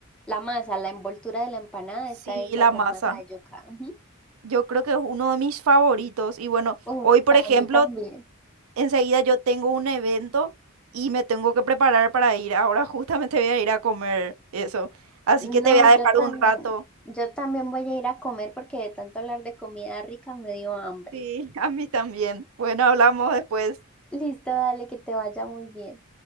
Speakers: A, in the centre; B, on the right.
A: la masa, la envoltura de la empanada
B: Sí,
A: está hecha
B: la
A: con
B: masa.
A: masa de yuca. ujú.
B: Yo creo que es uno de mis favoritos. Y bueno,
A: Uf,
B: hoy, por
A: para
B: ejemplo,
A: mí también.
B: enseguida yo tengo un evento y me tengo que preparar para ir. Ahora justamente voy a ir a comer eso. Así
A: No,
B: que te voy a dejar
A: yo también,
B: un rato.
A: yo también voy a ir a comer porque de tanto hablar de comida rica me dio hambre.
B: Sí, <laughs> a mí también. Bueno, hablamos después.
A: Listo, dale, que te vaya muy bien.